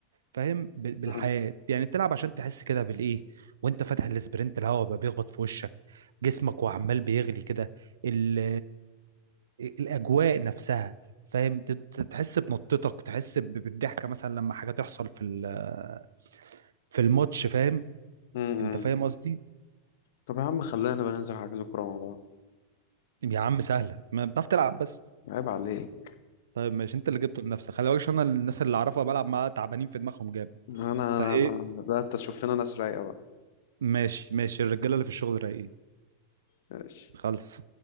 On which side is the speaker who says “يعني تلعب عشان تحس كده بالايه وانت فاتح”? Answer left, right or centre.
Right